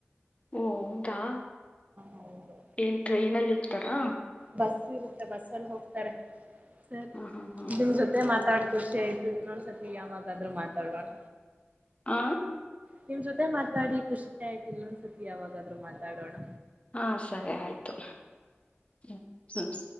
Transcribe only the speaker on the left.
ಓ ಹೌದಾ
ಏನ್ ಟ್ರೈನಲ್ಲಿ ಹೋಗ್ತಾರಾ
ಹಾ ಹಾ ಹಾ
ಹ
ಹಾ ಸರಿ ಆಯ್ತು ಹ್ಮ್